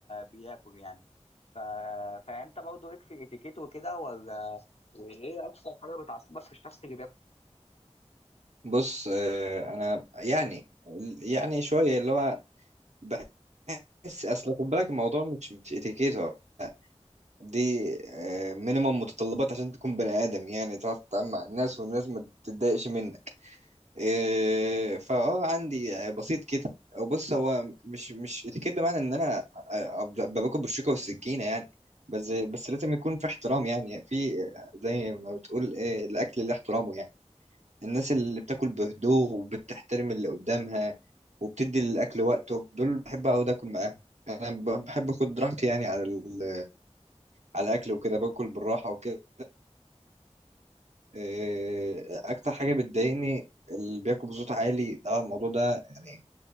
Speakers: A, on the left; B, on the right.
A: بياكل يعني ف... فانت برضه ليك في الاتيكيت وكده ولا وايه اكثر حاجه بتعصبك في الشخص اللي بياكل
B: بص إيه انا يعني يعني شويه اللي هو بحس اصل خد بالك الموضوع مش مش اتيكيت هو دي مينيمم متطلبات عشان تكون بني ادم يعني تعرف تتعامل مع الناس والناس ما تتضايقش منك إيه، فاه عندي بسيط كده او بص هو مش مش اتيكيت بمعنى ان انا أبقى باكل بالشوكه والسكينه يعني بس بس لازم يكون في احترام يعني في زي ما بتقول إيه، الاكل اللي احترامه يعني الناس اللي بتاكل بهدوء وبتحترم اللي قدامها وبتدي الاكل وقته دول بحب اقعد اكل معاهم انا ب- بحب اخد راحتي يعني على ال- على الاكل وكده باكل بالراحه وكده إيه، اكتر حاجه بتضايقني اللي بياكل بصوت عالي ده الموضوع ده يعني